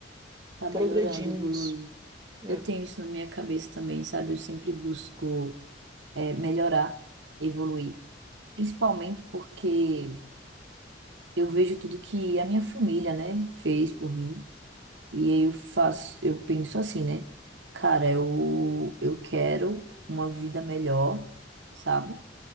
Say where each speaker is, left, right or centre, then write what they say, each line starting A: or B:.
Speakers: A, on the right (about 70°); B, on the right (about 20°).
A: Tá
B: progredindo
A: melhorando, evoluindo.
B: nisso. né?
A: Eu tenho isso na minha cabeça também, sabe? Eu sempre busco é, melhorar, evoluir. Principalmente porque eu vejo tudo que a minha família, né, fez por mim. E aí eu faço, eu penso assim, né? Cara, eu, eu quero uma vida melhor, sabe?